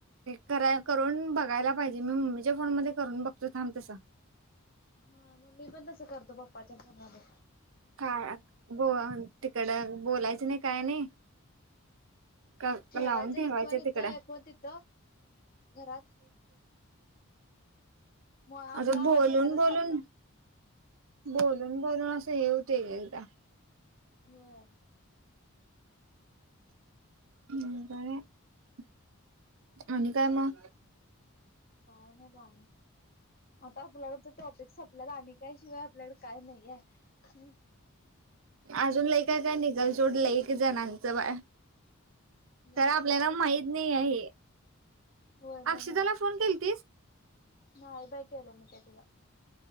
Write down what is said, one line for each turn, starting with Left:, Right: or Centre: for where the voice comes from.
Right: कराय करून बघायला पाहिजे मी मम्मीच्या फोन मध्ये करून बघतो थांब तसा
Left: हा मग मी पण तस करतो पपाच्या फोन मध्ये
Right: काय ब तिकड बोलायचं नाही काय नाही का
Left: ठेवायचं
Right: लावून
Left: एक फोन इथं
Right: तिकड
Left: एक फोन तिथं घरात मग आपला
Right: आ ग बोलून
Left: आवाज येतातच
Right: बोलून
Left: त्यात पण.
Right: बोलून बोलून अस सेव- ते यायला -
Left: बर.
Right: ह हं. आणि काय मग?
Left: काय नाही बघ. आणि आता ब्लाउजचा स्टाक तर सम्पलेला आणि काय शिवाय आपल्याकडे काय नाही आहे.
Right: अजून लय काय काय निघल सोड लय एक जणांचं बाळ-
Left: व्हय
Right: आपल्याला
Left: तर
Right: माहित
Left: काय
Right: नाही
Left: ते पण.
Right: आहे
Left: होय म्हणून.
Right: अक्षताला फोन केलतीस
Left: नाही बाई केलो मी त्या तिला-